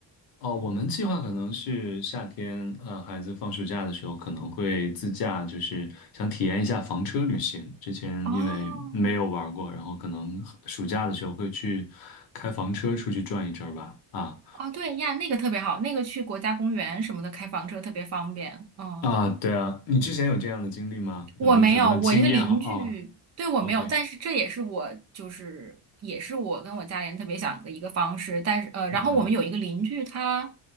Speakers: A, on the left (about 50°); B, on the right (about 40°).
A: 哦，我们计划可能是夏天，呃，孩子放暑假的时候可能会自驾，就是想体验一下房车旅行。之前因为没有玩过，
B: 哦
A: 然后可能暑假的时候会去开房车出去转一阵吧。啊
B: 哦，对呀，那个特别好，那个去国家公园什么的开房车特别方便。嗯。
A: 啊，对啊，你之前有这样的经历吗？
B: 我没有，
A: 有没有什么经验好？
B: 我一个邻居对我没有，
A: 啊？OK，
B: 但是这也是我就是也是我跟我家里人特别想的一个方式。但是呃，
A: 嗯
B: 然后我们有一个邻居，他